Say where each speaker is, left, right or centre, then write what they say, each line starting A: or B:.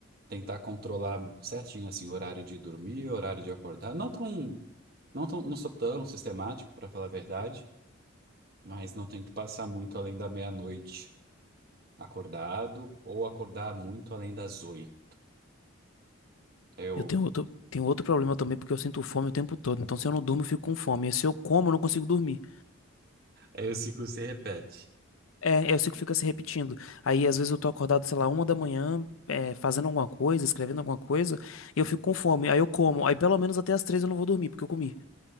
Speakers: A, on the right; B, on the left.
A: tentar controlar certinho assim o horário de dormir, o horário de acordar. Não tão, não tão, não sou tão sistemático, para falar a verdade, mas não tem que passar muito além da meia-noite acordado ou acordar muito além das oito. Eu,
B: Eu tenho outro, tenho outro problema também, porque eu sinto fome o tempo todo. Então, se eu não durmo, eu fico com fome. E se eu como, eu não consigo dormir.
A: aí o ciclo se repete.
B: É, eu sei que fica se repetindo. Aí, às vezes, eu tô acordado, sei lá, uma da manhã, é, fazendo alguma coisa, escrevendo alguma coisa, e eu fico com fome. Aí eu como. Aí, pelo menos até as três eu não vou dormir, porque eu comi.